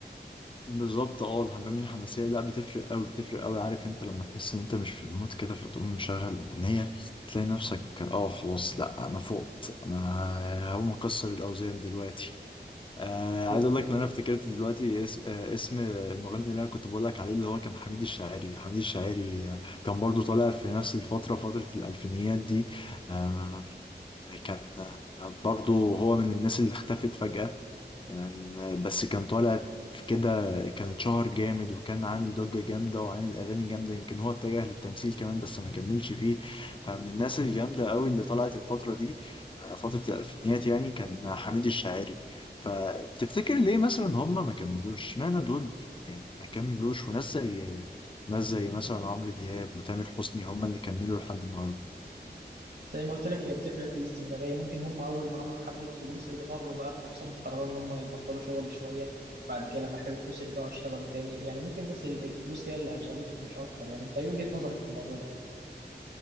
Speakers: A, on the left; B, on the right.
A: بالظبط اه الحاجات دي الحماسيه لا بتفرق قوي بتفرق قوي عارف انت لما تحس ان انت مش في المود كده فتقوم مشغل اغنيه تلاقي نفسك اه خلاص لا انا فقت انا هقوم اكسر الاوزان دلوقتي آه
B: بالظبط
A: عايز اقول لك ان انا افتكرت دلوقتي اس... آه اسم المغني اللي انا كنت بقول لك عليه اللي هو كان حميد الشاعري حميد الشاعري آه، كان برضو طالع في نفس الفتره فتره الالفينيات دي آه كان آه، برضو هو من الناس اللي اختفت فجاه آه، بس كان طالع في كده كان اتشهر جامد وكان عامل ضجة جامدة وعامل أغاني جامدة يمكن هو اتجه للتمثيل كمان بس ما كملش فيه فمن الناس الجامدة قوي اللي طلعت الفترة دي آه، فترة الألفينيات يعني كان حميد الشاعري فتفتكر ليه مثلا هم ما كملوش اشمعنى دول يعني ما كملوش وناس زي ناس زي مثلا عمرو دياب وتامر حسني هم اللي كملوا لحد النهاردة
B: زي ما قلت لك هي بتفرق في الاستمرارية ممكن هم أول ما عملوا حبة فلوس اتغروا بقى في نفسهم وقرروا إن هم يبطلوا شغل شوية بعد كده لما احتاجوا فلوس يرجعوا يشتغلوا تاني يعني ممكن بس ال- الفلوس هي اللي أشغلتهم مش أكتر يعني أنت إيه وجهة نظرك في الموضوع ده؟